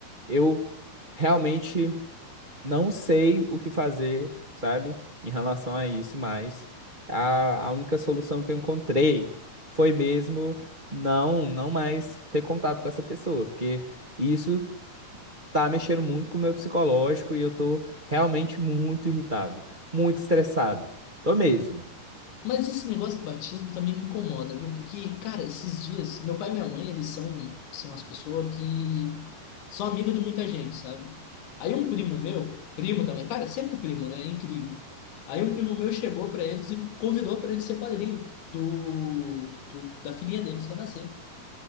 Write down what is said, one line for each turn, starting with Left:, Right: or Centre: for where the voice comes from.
Right: eu realmente não sei o que fazer, sabe, em relação a isso, mas a, a única solução que eu encontrei foi mesmo não, não mais ter contato com essa pessoa, porque isso tá mexendo muito com o meu psicológico e eu tô realmente muito irritado, muito estressado. Tô mesmo.
Left: Mas esse negócio do batismo também me incomoda, viu? Porque, cara, esses dias, meu pai e minha mãe, eles são, são umas pessoas que são amigos de muita gente, sabe? Aí um primo meu, primo também, cara, sempre primo, né? É incrível. Aí um primo meu chegou pra eles e convidou pra ele ser padrinho do, do, da filhinha deles que ia nascer.